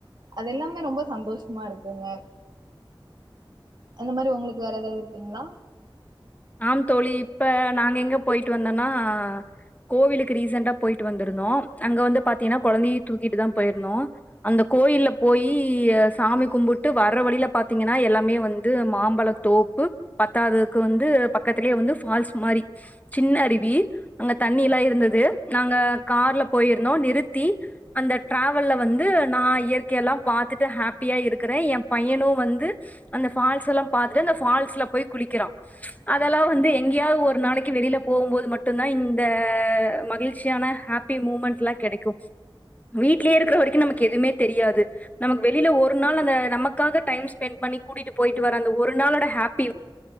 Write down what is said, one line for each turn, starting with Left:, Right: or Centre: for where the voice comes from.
Right: அதெல்லாமே ரொம்ப சந்தோஷமா இருக்குங்க அந்த மாரி உங்களுக்கு வேற ஏதாவது இருக்குங்ளா
Left: ஆம் தோழி இப்ப நாங்க எங்க போயிட்டு வந்தோனா கோவிலுக்கு ரீசெண்டா போயிட்டு வந்திருந்தோ அங்க வந்து பாத்தீங்கனா கொழந்தையு தூக்கிட்டு தா போயிருந்தோ அந்த கோயில்ல போயி சாமி கும்பிட்டு வர்ற வழியில பாத்தீங்கன்னா எல்லாமே வந்து மாம்பழ தோப்பு பத்தாததுக்கு வந்து பக்கத்திலேயே வந்து ஃபால்ஸ் மாரி சின்ன அருவி அங்க தண்ணி எல்லா இருந்தது நாங்க கார்ல போயிருந்தோ நிறுத்தி அந்த ட்ராவல்ல வந்து நா இயற்கைய எல்லா பார்த்துட்டு ஹாப்பியா இருக்குற என் பையனு வந்து அந்த ஃபால்ஸ் எல்லா பார்த்து அந்த ஃபால்ஸ்ல போய் குளிக்கிறான் அதெல்லா வந்து எங்கேயாவது ஒரு நாளைக்கி வெளிய போம்போது மட்டு்தா இந்த மகிழ்ச்சியான ஹாப் பி மூமெண்ட்ல்லா கெடைக்கு வீட்லயே இருக்கிற வரைக்கு நமக்கு எதுமே தெரியாது நமக்கு வெளில ஒரு நாள் அந்த நமக்காக டைம் ஸ்பெண்ட் பண்ணி கூட்டிட்டு போயிட்டு வர அந்த ஒரு நாளோட ஹாப்பி